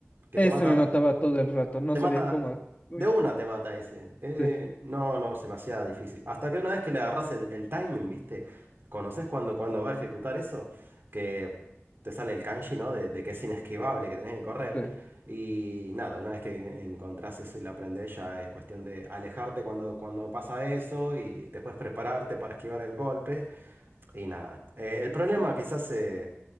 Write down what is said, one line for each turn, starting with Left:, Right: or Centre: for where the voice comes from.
Right: que
Left: Ese
Right: te mata,
Left: me mataba todo el rato, no
Right: te
Left: sabía
Right: mata,
Left: cómo. Uy,
Right: de una te mata ese. Eh,
Left: sí,
Right: no, no, es demasiado difícil. Hasta que una vez que le agarrás el, el timing, ¿viste? ¿Conoces cuando, cuando va a ejecutar eso? Que te sale el kanji, ¿no? De, de que es inesquivable, que tenés que correr.
Left: sí,
Right: Y nada, una vez que encontrás eso y lo aprendés, ya es cuestión de alejarte cuando, cuando pasa eso y después prepararte para esquivar el golpe. Y nada. Eh, el problema quizás... se